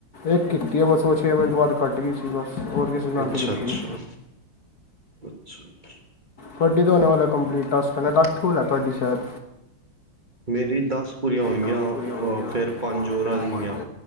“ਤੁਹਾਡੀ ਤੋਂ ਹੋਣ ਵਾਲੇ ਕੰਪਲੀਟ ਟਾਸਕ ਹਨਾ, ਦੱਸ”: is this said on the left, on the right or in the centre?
Left